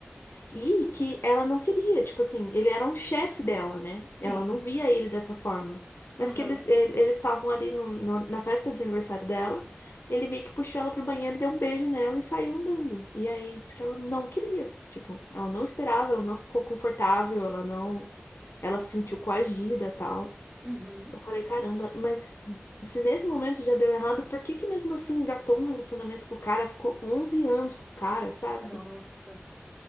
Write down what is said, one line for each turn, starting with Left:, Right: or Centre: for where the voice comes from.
Left: E que ela não queria, tipo assim, ele era um chefe dela, né?
Centre: Sim.
Left: Ela não via ele dessa forma. Mas
Centre: Aham.
Left: que eles, ele- eles estavam ali no- no- na festa de aniversário dela, ele meio que puxou ela pro banheiro, deu um beijo nela e saiu andando. E aí disse que ela não queria, tipo, ela não esperava, ela não ficou confortável, ela não. Ela se sentiu coagida, tal.
Centre: Uhum.
Left: Eu falei, caramba, mas se nesse momento já deu errado, por que que mesmo assim engatou um relacionamento com o cara? Ficou 11 anos com o cara, sabe?
Centre: Nossa.